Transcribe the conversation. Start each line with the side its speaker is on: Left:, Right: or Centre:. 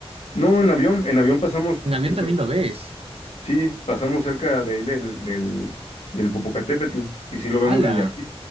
Left: No, en avión, en avión pasamos,
Right: En avión
Left: se-
Right: también lo ves.
Left: sí, pasamos cerca de ahí del, del, del Popocatépetl, y sí lo vemos
Right: ¡Hala!
Left: desde aquí.